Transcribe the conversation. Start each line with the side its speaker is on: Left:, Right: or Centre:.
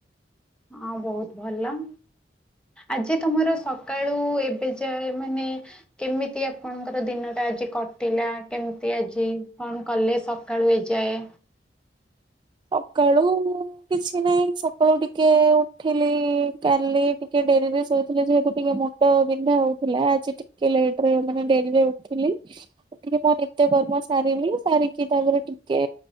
Centre: ହଁ ବହୁତ ଭଲ। ଆଜି ତୋମର ସକାଳୁ ଏବେ ଯାଏ ମାନେ କେମିତି ଆପଣଙ୍କର ଦିନଟା ଆଜି କଟିଲା? କେମିତି ଆଜି କଣ କଲେ? ସ କାଳୁ ଏ ଯାଏ?
Right: ସକାଳୁ ମୁଁ କିଛି ନାହିଁ, ସକାଳୁ ଟିକେ ଉଠିଲି, କାଲି ଟିକେ ଡେରିରେ ଶୋଇଥିଲି ଯେହେତୁ ଟିକେ ମୁ ଣ୍ଡ ବିନ୍ଧା ହଉଥିଲା, ଆଜି ଟିକେ ଲେଟ୍ ରେ ମାନେ ଡେରିରେ ଉଠିଲି। ଉଠିକି ମୋ ନିତ୍ୟକର୍ମ ସାରିଲି, ସାରିକି ତାପରେ ଟିକେ